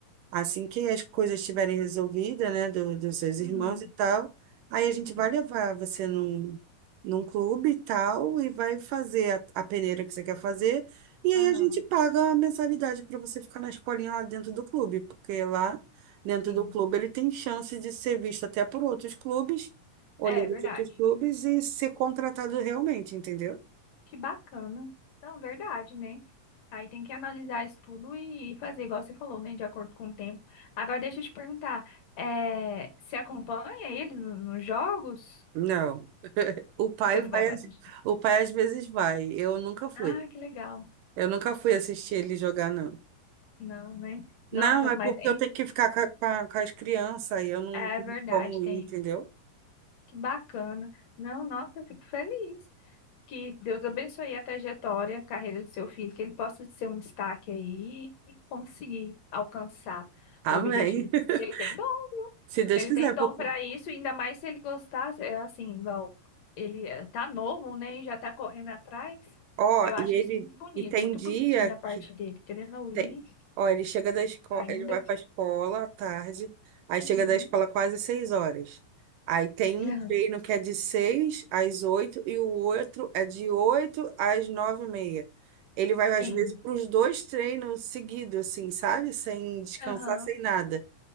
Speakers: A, on the right; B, on the left.
A: assim que as coisas estiverem resolvidas, né, do, dos seus
B: Uhum.
A: irmãos e tal, aí a gente vai
B: Sim.
A: levar você num, num clube e tal, e vai fazer a, a peneira que você quer fazer, e aí
B: Aham.
A: a gente paga a mensalidade para você ficar na escolinha lá dentro do clube, porque lá dentro
B: Sim.
A: do clube ele tem chance de ser visto até por outros clubes, olheiro
B: É verdade.
A: de outros clubes e ser contratado realmente, entendeu?
B: Que bacana. Não, verdade, né? Aí tem que analisar isso tudo e fazer igual você falou, né? De acordo com o tempo. Agora deixa eu te perguntar, é, você acompanha ele no- nos jogos?
A: Não. O pai
B: Você não
A: vai,
B: vai para
A: às-
B: assistir.
A: o pai às vezes vai. Eu nunca fui.
B: Ah, que legal.
A: Eu nunca fui assistir ele jogar, não.
B: Não, né? Nossa,
A: Não, é
B: mas
A: porque
B: hein,
A: eu tenho que ficar com, a- com a- com as crianças e eu não
B: é
A: tenho
B: verdade,
A: como
B: tem.
A: ir, entendeu?
B: Que bacana. Não, nossa, eu fico feliz. Que Deus abençoe a trajetória, a carreira do seu filho, que ele possa ser um destaque aí e conseguir alcançar
A: Amém.
B: o objetivo. dele.
A: <laughs>
B: Ele tem dom, viu?
A: Se Deus
B: Ele
A: quiser,
B: tem dom
A: porque,
B: para isso, ainda mais se ele gostasse, é assim, igual ele eh, tá novo, né, e já tá correndo atrás.
A: ó,
B: Eu acho
A: e ele,
B: isso muito bonito,
A: e tem
B: muito
A: dia
B: bonitinho da
A: que
B: parte dele, querendo ouvir
A: Tem. Ó, ele chega da escola,
B: ainda.
A: ele vai para a escola à tarde, aí
B: Uhum.
A: chega da escola quase seis horas. Aí tem um
B: Aham,
A: treino que é de seis às oito e o outro é de oito às nove e meia. Ele vai, às
B: Sim.
A: vezes, para os dois treinos seguidos, assim, sabe? Sem descansar,
B: Aham.
A: sem nada.